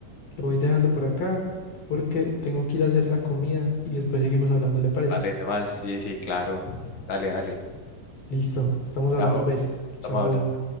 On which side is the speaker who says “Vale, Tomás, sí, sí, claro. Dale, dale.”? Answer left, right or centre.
Left